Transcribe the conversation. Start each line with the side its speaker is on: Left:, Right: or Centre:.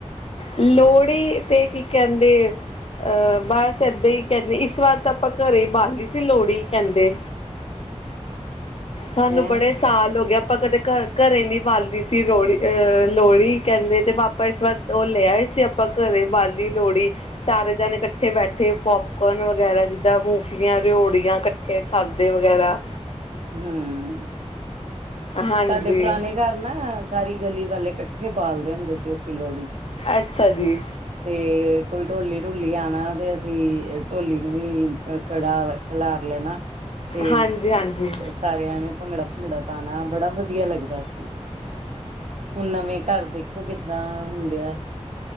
Left: ਲੋਹੜੀ ਤੇ ਕੀ ਕੈਂਦੇ ਅਹ ਬਸ ਐਦਾਂ ਹੀ ਕਹਿੰਦੇ ਇਸ ਵਾਰ ਤਾ ਆਪਾਂ ਘਰੇ ਬਾਲਨੀ ਸੀ ਲੋਹੜੀ ਕਹਿੰਦੇ ਸਾਨੂੰ
Right: ਹੈਂ
Left: ਬੜੇ ਸਾਲ ਹੋ ਗਿਆ ਆਪਾ ਕਦੇ ਘਰ ਘਰੇ ਨੀ ਬਾਲਦੀ ਸੀ ਲੋਹੜੀ ਅਹ ਲੋਹੜੀ ਕਹਿੰਦੇ ਤੇ ਪਾਪਾ ਇਸ ਵਾਰ ਉਹ ਲੈ ਆ ਏ ਸੀ ਆਪਾਂ ਘਰੇ ਬਾਲੀ ਲੋੜੀ ਸਾਰੇ ਜਾਣੇ ਇਕੱਠੇ ਬੈਠੇ ਪੋਪਕੋਰਨ ਵਗੈਰਾ ਜਿੱਦਾਂ ਮੂਫੀਆਂ ਰੇਓੜੀਆਂ ਖਾਧੇ ਵਗੈਰਾ
Right: ਹੁੰ
Left: ਹਾਂਜੀ
Right: ਸਾਡੇ ਪੁਰਾਣੇ ਘਰ ਨਾ ਸਾਰੀ ਗਲੀ ਵਾਲੇ ਇਕੱਠੇ ਬਾਲਦੇ ਹੁੰਦੇ ਸੀ ਅਸੀਂ ਲੋਹੜੀ
Left: ਅੱਛਾ ਜੀ
Right: ਤੇ ਕੋਈ ਢੋਲੀ ਢੂਲੀ ਆਣਾ ਤੇ ਅਸੀਂ ਢੋਲੀ ਨੂੰ ਵੀ ਅ ਖੜਾ ਖਲਾਰ ਲੈ ਨਾ ਤੇ
Left: ਹਾਂਜੀ ਹਾਂਜੀ
Right: ਸਾਰਿਆਂ ਨੇ ਭੰਗੜਾ ਭੁੰਗੜਾ ਪਾਣਾ ਬੜਾ ਵਧੀਆ ਲੱਗਦਾ ਸੀ ਹੁਣ ਨਵੇਂ ਘਰ ਦੇਖੋ ਕਿੱਦਾਂ ਹੁੰਦੇ ਆ